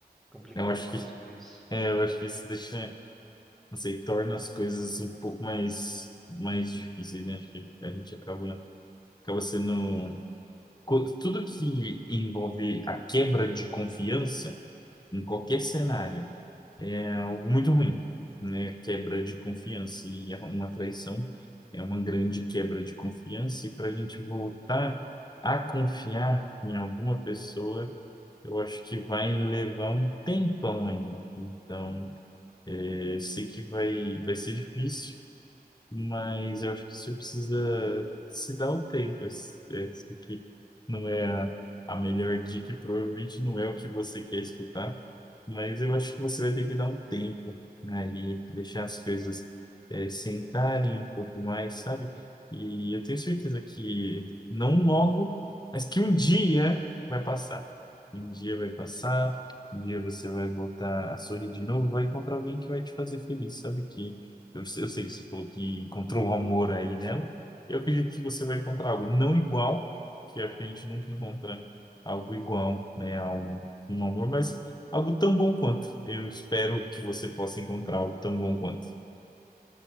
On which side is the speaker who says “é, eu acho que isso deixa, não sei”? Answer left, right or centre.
Left